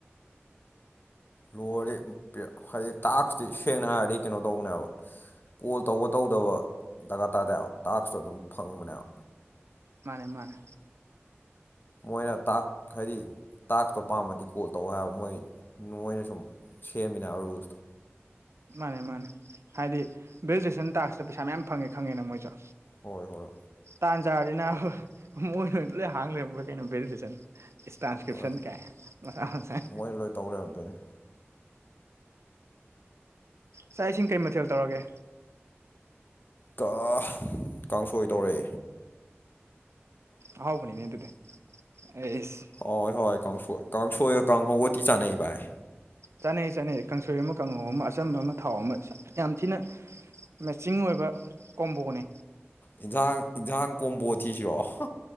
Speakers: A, on the left; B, on the right.
A: ꯂꯣꯏꯔꯦ <unintelligible> ꯍꯥꯏꯗꯤ ꯇꯥꯛꯁꯇꯤ ꯁꯦꯡꯅ ꯍꯥꯏꯔꯗꯤ ꯀꯩꯅꯣ ꯇꯧꯕꯅꯦꯕ ꯀꯣꯜ ꯇꯧꯕ ꯇꯧꯗꯕ ꯗꯔꯀꯥꯔ ꯇꯥꯗꯦ ꯍꯥꯏꯕ ꯇꯥꯛꯁꯇꯣ ꯑꯗꯨꯝ ꯐꯪꯕꯅꯦꯕ
B: ꯃꯥꯅꯦ ꯃꯥꯅꯦ
A: ꯃꯣꯏꯅ ꯇꯥꯛ ꯈꯥꯔꯤ ꯇꯥꯛꯁꯇꯣ ꯄꯥꯝꯃꯗꯤ ꯀꯣꯜ ꯇꯧ ꯍꯥꯏꯕ ꯃꯣꯏ ꯃꯣꯏꯅ ꯁꯨꯝ ꯁꯦꯝꯃꯤꯅꯦ ꯍꯥꯏꯕ ꯔꯨꯜꯁ ꯇꯣ
B: ꯃꯥꯅꯦ ꯃꯥꯅꯦ ꯍꯥꯏꯗꯤ ꯕꯦꯂꯤꯗꯦꯁꯟ ꯇꯥꯛꯁꯇꯥ ꯄꯩꯁꯥ ꯃꯌꯥꯝ ꯐꯪꯉꯦ ꯈꯪꯉꯦꯅ ꯃꯣꯏꯁꯨ
A: ꯍꯣꯏ ꯍꯣꯏ
B: ꯇꯥꯟꯆꯥꯔꯗꯤ ꯅꯪ ꯃꯣꯏꯅ ꯂꯣꯏ ꯍꯥꯡ ꯂꯩꯔꯝꯕ꯭ꯔꯥ ꯀꯩꯅꯣ ꯕꯦꯂꯤꯗꯦꯁꯟ ꯏꯁ ꯇ꯭ꯔꯥꯟꯁꯀ꯭ꯔꯤꯞꯁꯟ
A: ꯍꯣꯏ
B: ꯀꯥꯏ ꯃꯊꯥ ꯌꯥꯝ ꯁꯥꯏ
A: ꯃꯣꯏꯅ ꯂꯣꯏ ꯇꯧ ꯂꯩꯔꯝꯗꯣꯏꯅꯦ
B: ꯆꯥꯛ ꯏꯁꯤꯡ ꯀꯩ ꯃꯊꯦꯜ ꯇꯧꯔꯒꯦ
A: ꯀ ꯀꯥꯡꯁꯣꯏ ꯇꯧꯔꯦ
B: ꯑꯍꯥꯎꯕꯅꯤꯅꯦ ꯑꯗꯨꯗꯤ ꯑꯩꯁ
A: ꯍꯥꯎꯋꯦ ꯍꯥꯎꯋꯦ ꯀꯥꯡꯁꯣꯏ ꯀꯥꯡꯁꯣꯏꯒ ꯀꯥꯡꯍꯧꯒ ꯊꯤ ꯆꯥꯅꯩ ꯚꯥꯏ
B: ꯆꯥꯅꯩ ꯆꯥꯅꯩ ꯀꯥꯡꯁꯣꯏ ꯑꯃ ꯀꯥꯡꯍꯧ ꯑꯃ ꯑꯆꯝꯕ ꯑꯃ ꯊꯥꯎ ꯑꯃ ꯌꯥꯝ ꯊꯤꯅ ꯃꯦꯠꯆꯤꯡ ꯑꯣꯏꯕ ꯀꯣꯝꯕꯣꯅꯦ
A: ꯏꯟꯖꯥꯡ ꯏꯟꯖꯥꯡ ꯀꯣꯝꯕꯣ ꯊꯤꯁꯤꯔꯣ <unintelligible>